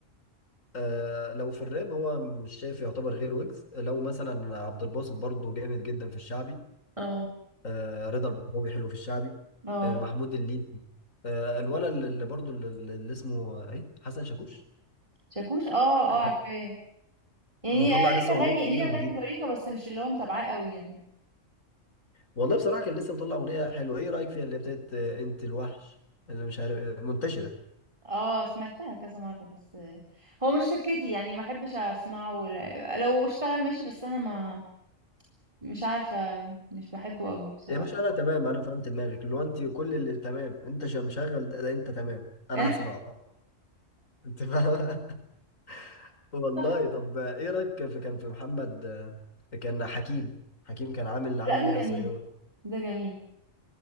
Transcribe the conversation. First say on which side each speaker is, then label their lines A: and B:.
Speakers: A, on the left; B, on the right.
A: آه لو في الراب هو مش شايف يعتبر غير ويجز لو مثلا عبد الباسط برضه جامد جدا في الشعبي
B: اه
A: آه رضا البحراوي حلو في الشعبي
B: اه
A: آه محمود الليثي آه الولد اللي برضه اللي اللي اسمه ايه حسن شاكوش
B: شاكوش اه
A: <laughs>
B: اه عارفاه يعني
A: مطلع
B: ليه
A: لسه
B: اغاني
A: اغنيه جديده
B: ليه اغاني ظريفه بس مش اللي هو متابعاه قوي يعني
A: والله بصراحة كان لسه مطلع أغنية حلوة إيه رأيك فيها اللي هي بتاعت آه، أنت الوحش اللي مش عارف آه، منتشرة
B: اه سمعتها كذا مره بس هو مش سكتي يعني ما احبش اسمعه ولا لو اشتغل ماشي بس انا ما مش عارفه مش بحبه قوي بصراحه
A: يا باشا أنا تمام أنا فهمت دماغك اللي هو أنت وكل اللي تمام أنت ش- مشغل ده ده أنت تمام أنا
B: <laughs>
A: هسمعه أنت فاهم <laughs> والله
B: صح
A: طب آه، إيه رأيك في كان في محمد آه، كان حكيم حكيم كان عامل عمي
B: لا ده
A: يا صياد
B: جميل ده جميل